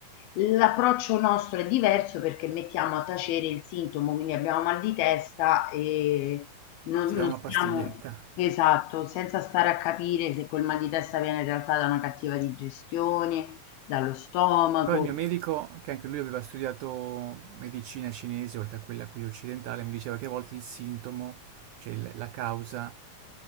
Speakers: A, on the left (about 80°); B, on the right (about 90°).
A: L'approccio nostro è diverso perché mettiamo a tacere il sintomo, quindi abbiamo mal di testa e non
B: Ti
A: non
B: dà una
A: stiamo
B: pastiglietta.
A: esatto, senza stare a capire se quel mal di testa viene in realtà da una cattiva digestione, dallo stomaco,
B: Però il mio medico, che anche lui aveva studiato medicina cinese, oltre a quella qui occidentale, mi diceva che a volte il sintomo, cioè il- la causa,